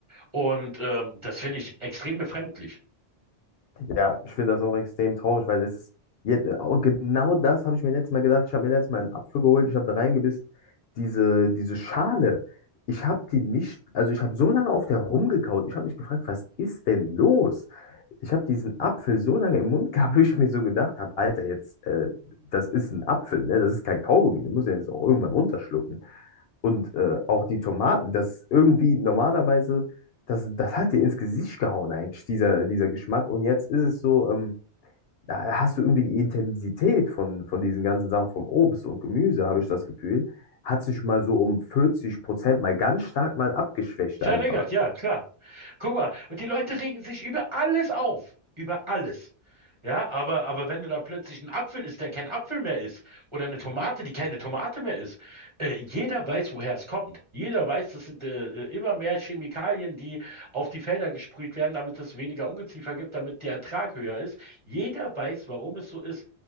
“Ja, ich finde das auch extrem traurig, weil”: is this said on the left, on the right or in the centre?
Left